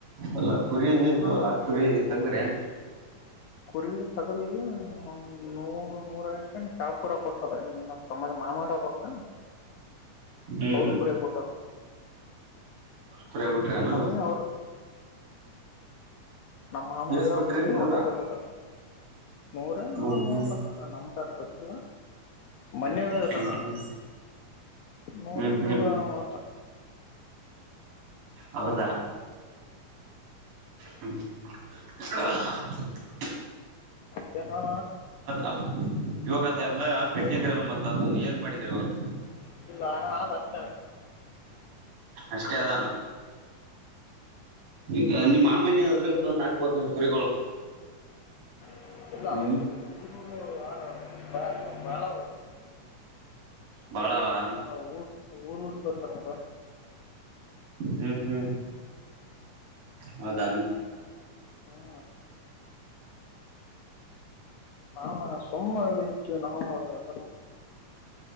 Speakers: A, on the right; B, on the left.
A: ಅಲ್ಲ ಕುರಿ ಇದ್ವು
B: ಹಾಂ
A: ಅಲ್ಲ ಕುರಿ ತಗದ್ರೆ ಏನ್
B: ಕುರಿ ತಗವಿ ಒಂದ್ ನೂರು ನೂರಕ ನೀ ಶಾಪುರ ಕೂಡ ಕೊಟ್ಟದ ನಮ್ ಸಮಧ ಮಾಡ ಅಮಾರಾಬಕ್ಕ
A: ಹ್ಮ್
B: ಅವರು ಕುರ ಪಟ್ಟು
A: ಕುರಿಯ ಬಿಟ್ರನು
B: ನಮಯ ಅವರ್ ನಮ್ಮ ಮಾಮಾರ
A: ಎಸ್ ಕೊಟ್ರಿ
B: ಕುಡ
A: ನೂರಾ
B: ಅದರಿಕ ಪಟ್ಟರು ನೂರೇ
A: ಹ್ಮ್
B: ನೂರ
A: ಹ್ಮ್
B: ಮೂವತ್ತು ಅಂದ ನಮ್ಮ್ದಡ್ಕ. ಹಲೋ ಮನ್ನಿ ಹೇಳಿದ್ರ
A: ಹ್ಮ್
B: ನ
A: ಹ್ಮ್
B: ನೂರ
A: ಹ್ಮ್ ಹ್ಮ್
B: ನೂರ ಮೂವತ್ತ.
A: ಹೌದಾ ಹ್ಮ್ ಹ್ಮ್ <inaudible>
B: ಚಿನ್ನು
A: ಅಲ್ ಇವಾಗ ಅದೆ ಎಲ್ಲ ಹಕ್ ಕಟ್ಟಿದ್ರಲ್ಲ ಮತ್ತ ಅದು ಏನ್ ಮಾಡಿದ್ರಿ ಇವಾಗ
B: <inaudible>
A: ಅಷ್ಟೇ ಅದಾನ ಈಗ ನಿಮ್ಮ್ ಮಾಮನ ಅದ್ರಾಗ ತಂದು ಆಕ್ಬೋಕಲ್ಲ ಕುರಿಗಳು
B: <inaudible>
A: ಹ್ಮ್ ಬಾಳವಾ
B: ಅವರು ಊರ್ ಊರಿಗ್ ತರದು <unintelligible>
A: ಹ್ಞ ಹ್ಞ ವದಾಮ
B: ಹ್ಮ ಹ ಸುಮ್ಮ ವೀಟ್ಟ ನಾವು ಅದ